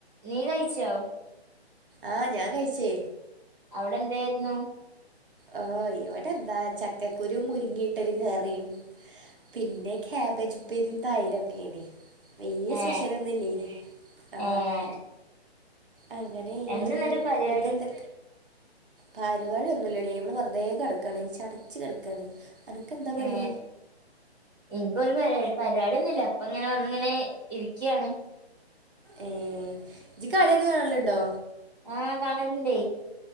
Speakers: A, in the centre; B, on the right.
A: നീ കഴിച്ചോ
B: ആഹ ഞാൻ കഴിച്ചേ
A: അവിടെ എന്തായിരുന്നു
B: ആഹ്, ഇവിടെ എന്താ ചക്കക്കുരു മുരുങ്ങിയിട്ടൊരു കറിയും പിന്നെ ക്യാബേജ ഉപ്പേരി തൈര് ഒക്കെനി വല്യ സ്പെഷ്യലൊന്നുംല്ലേനി
A: ഏഹ്
B: ആ
A: ഏഹ്
B: അങ്ങെ
A: എന്താ എന്നിട്ട് പരിപാടി
B: പിന്നെ എന്തൊ പരിപാടി ഒന്നുല്ലടി ഇവടെ വെറുതെകിടക്കാൻ ചടച്ച കിടക്കാണ് അനക്കെന്താ പണി
A: ഏഹ് ഇനിക്കൊ ഒരു പരി പരിപാടിയന്നുമില്ല അപ്പ ഇങ്ങനെ വന്ന ഇങ്ങനെ ഇരിക്കുകയാണ്
B: ഏഹ് ഇജ്ജ് കളിയൊക്കെ കാണലുണ്ടോ
A: ആഹ് കാണലുണ്ടേ